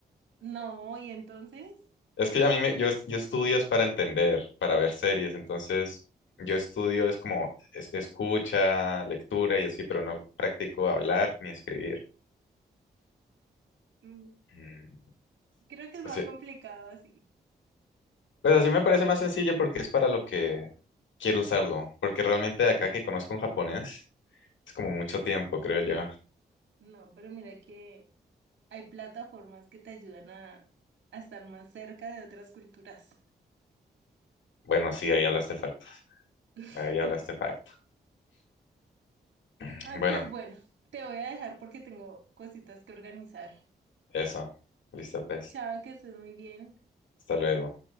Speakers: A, on the right; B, on the left.
A: No, y entonces,
B: Es que a mí me, yo, es- yo estudio es para entender, para ver series, entonces yo estudio es como es- escucha, lectura y así, pero no practico hablar ni escribir.
A: Mm,
B: Mm,
A: creo que es más
B: o sea,
A: complicado así.
B: Pues así me parece más sencillo porque es para lo que quiero usarlo, porque realmente de acá que conozco un japonés es como mucho tiempo, creo yo.
A: No, pero mira que Hay plataformas que te ayudan a, a estar más cerca de otras culturas.
B: Bueno, sí, ahí hablaste facto,
A: <laughs>
B: ahí hablaste facto. <clears throat>
A: Ay,
B: Bueno,
A: pues bueno, te voy a dejar porque tengo cositas que organizar.
B: eso, listo pues,
A: Chao, que estés muy bien.
B: hasta luego.